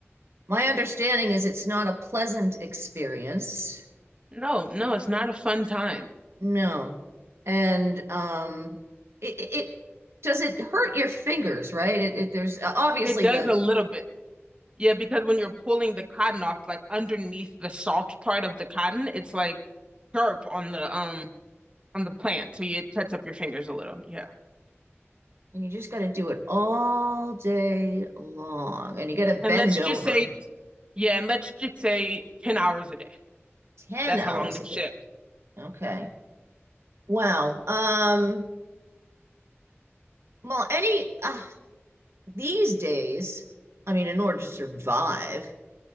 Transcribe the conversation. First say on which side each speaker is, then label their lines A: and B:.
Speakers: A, on the right; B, on the right.
A: My understanding is it's not a pleasant experience.
B: No, no, it's not a fun time.
A: No. And um it, it it- does it hurt your fingers, right? It, it there's uh, obviously
B: It does
A: the
B: a little bit. Yeah, because when you're pulling the cotton off, like underneath the soft part of the cotton, it's like sharp on the um on the plant. So it cuts up your fingers a little. Yeah.
A: and you just got to do it all day long and you got to
B: And
A: bend
B: let's
A: over
B: just say, yeah, and let's just say 10 hours a day.
A: 10
B: That's
A: hours
B: how long this
A: a day.
B: shit
A: Okay. Wow. Um well any uh, these days, I mean in order to survive,